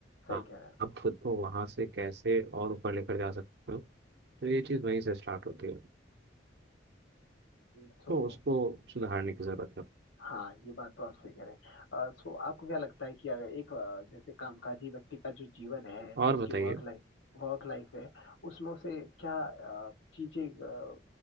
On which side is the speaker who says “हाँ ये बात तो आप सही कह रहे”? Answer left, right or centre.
Left